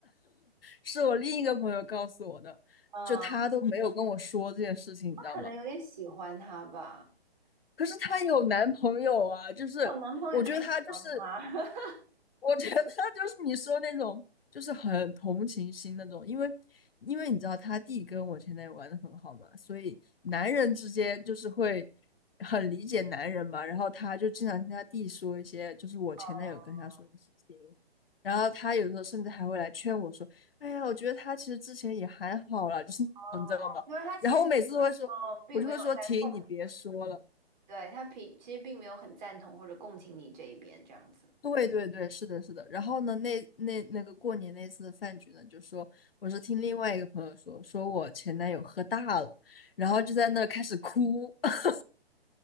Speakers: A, on the left; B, on the right.
A: 是我另一个朋友告诉我的，
B: 嗯，
A: 就他都没有跟我说这件事情，
B: 他可能有点喜欢他吧，
A: 你知道吗？可是她有男朋友啊，就是我觉得她就是
B: 有男朋友也可以喜欢他。<laughs>
A: 我觉得就是你说那种，就是很同情心那种，因为因为你知道他弟跟我前男友玩的很好嘛，所以男人之间就是会很理解男人嘛。然后他就经常听他弟说一些，就是我前男友跟他说的事情。
B: 哦
A: 然后他有时候甚至还会来劝我说：“哎呀，我觉得他其实之前也还好啦。”就是，
B: 哦因为他其实
A: <laughs> 然后我每次都会说，
B: 哦，并没有在共
A: 我就会说：“停，你别说了。”
B: 对他并其实并没有很赞同或者共情你这一边这样子。
A: 对对对，是的，是的。然后呢，那那那个过年那次的饭局呢，就说我是听另外一个朋友说，说我前男友喝大了，然后就在那儿开始哭 <laughs>